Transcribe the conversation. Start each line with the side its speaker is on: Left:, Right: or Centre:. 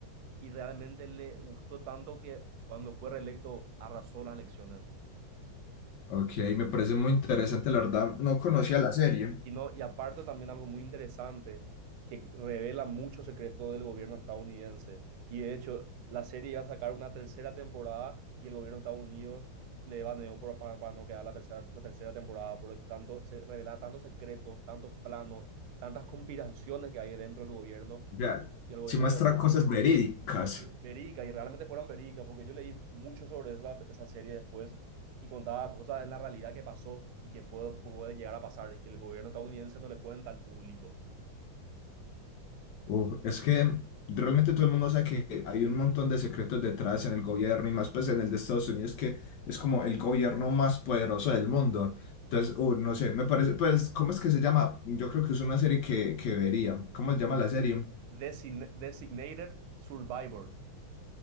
Right: y realmente le gustó tanto que cuando fue reelecto arrasó las elecciones.
Left: Ok, me parece muy interesante, la verdad. No conocía la serie.
Right: Y, no, y aparte también algo muy interesante que revela mucho secreto del gobierno estadounidense. Y de hecho, la serie iba a sacar una tercera temporada y el gobierno de Estados Unidos le baneó por, para, para no quedar la tercera, la tercera temporada, porque tanto, se revelaba tantos secretos, tantos planos, tantas conspiraciones que hay dentro del gobierno
Left: Ya,
Right: y al gobierno
Left: sí muestra
Right: le gustó.
Left: cosas verídicas.
Right: Y Verica, y realmente fueron Verica, porque yo leí mucho sobre esa, esa serie después y contaba cosas en la realidad que pasó y que puede, puede llegar a pasar y que el gobierno estadounidense no le cuenta al público.
Left: Uf, es que realmente todo el mundo sabe que hay un montón de secretos detrás en el gobierno y más pues en el de Estados Unidos que es como el gobierno más poderoso del mundo. Entonces, uh, no sé, me parece, pues, ¿cómo es que se llama? Yo creo que es una serie que, que vería. ¿Cómo se llama la serie?
Right: Design- Designated Survivor.